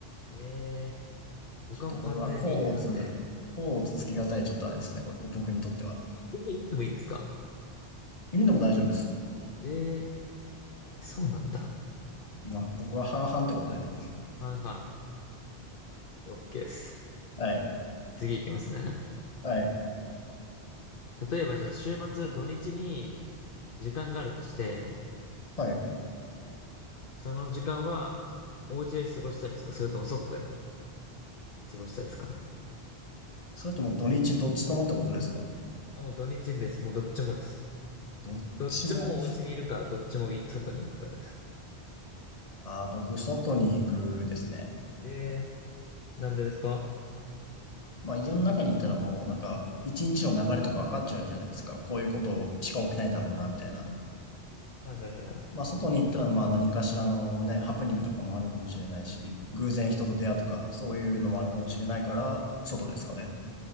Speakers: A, on the left; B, on the left.
A: ええ、僕はもう完全に犬なんで、
B: ちょっとこれは、甲乙、甲乙つけがたいちょっとあれですね。これ、僕にとっては。
A: 全然海でもいいんですか
B: 犬でも大丈夫です。
A: ええー、そうなんだ。
B: まあ僕は半々ってことで。
A: はいはい。オッケーです。
B: はい。
A: 次いきますね。
B: はい。
A: 例えばじゃあ週末土日に時間があるとして、
B: はい。
A: その時間はお家で過ごしたいですかそれとも外で過ごしたいですか
B: それともう土日どっちともってことですか
A: あ、もう土日です。もうどっちもです。
B: どっちも。
A: どっちもお家にいるか、どっちもい外に行くかです。
B: ああ、僕、外に行くですね。
A: ええー、なんでですか
B: まあ、家の中にいたらもう、なんか、一日の流れとか分かっちゃうじゃないですか。こういうことしか起きないだろうな、みたいな。
A: はいはいはいはい。
B: まあ、外に行ったら、まあ、何かしらのね、ハプニングとかもあるかもしれないし、偶然人と出会うとか、そういうのもあるかもしれないから、外ですかね。
A: はい